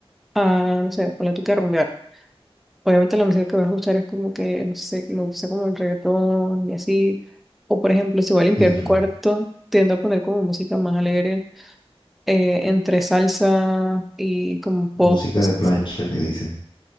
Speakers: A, in the centre; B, on the left (about 50°).
A: a, no sé, ponle tú que a rumbear. Obviamente la música que voy a escuchar es como que, no sé, que me gusta como el reggaetón y así. O por ejemplo, si voy a limpiar
B: sí, claro.
A: mi cuarto, tiendo a poner como música más alegre, eh, entre salsa y como pop,
B: Música
A: cosas
B: de plancha
A: así.
B: que dicen,